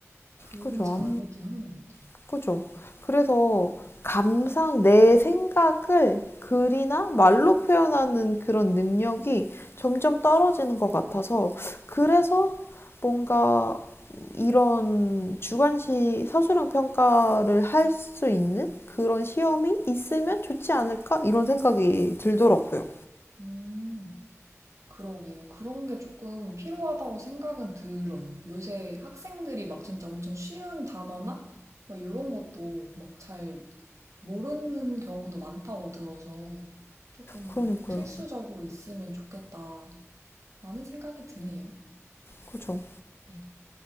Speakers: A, on the right; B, on the left.
A: 글은
B: 그죠.
A: 잘 안 읽긴 하는 것 같아요.
B: 아 그죠. 그래서 감상, 내 생각을 글이나 말로 표현하는 그런 능력이 점점 떨어지는 것 같아서 그래서 뭔가 이런 주관식 서술형 평가를 할 수 있는 그런 시험이 있으면 좋지 않을까 이런 생각이 들더라고요.
A: 음, 그러게요. 그런 게 조금 필요하다고 생각은 들어요. 요새 학생들이 막 진짜 엄청 쉬운 단어나 막 이런 것도 막 잘 모르는 경우도 많다고 들어서 조금
B: 그러니까요.
A: 필수적으로 있으면 좋겠다라는 생각이 드네요.
B: 그죠.
A: 네,